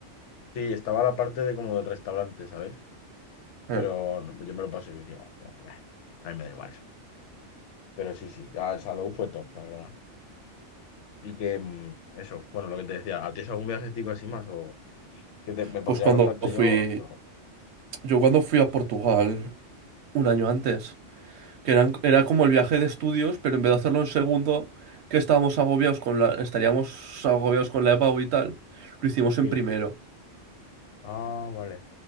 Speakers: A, on the left (about 75°); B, on the right (about 65°).
A: sí, estaba la parte de como del restaurante, ¿sabes?
B: Eh,
A: Pero no, yo me lo pasé bien igual. pero, bah, A mí me da igual eso. Pero sí, sí, ya el Salou fue top, la verdad. Y que mm, eso, bueno, lo que te decía, ¿a ti es algún viajecito así más? O que te- me pondría
B: pues cuando
A: a contarte
B: fui,
A: yo, pero
B: yo cuando fui a Portugal un año antes. que eran, era como el viaje
A: ¿cómo?
B: de estudios, pero en vez de hacerlo en segundo, que estábamos agobiados con la, estaríamos agobiados con la EPAU y tal, lo hicimos en
A: Sí.
B: primero.
A: Ah, vale.